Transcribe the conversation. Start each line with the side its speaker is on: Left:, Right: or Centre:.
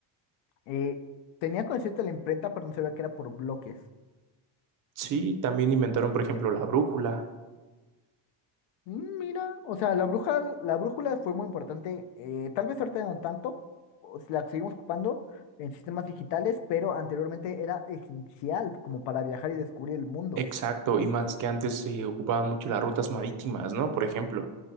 Left: Eh, tenía consciente la imprenta, pero no sabía que era por bloques.
Right: Sí, también inventaron, por ejemplo, la brújula,
Left: Mm, Mira, o sea, la bruja, la brújula fue muy importante. eh, tal vez ahorita no tanto, o si la seguimos ocupando en sistemas digitales, pero anteriormente era esencial como para viajar y descubrir el mundo.
Right: exacto, y más que antes se ocupaban mucho las rutas marítimas, ¿no? Por ejemplo.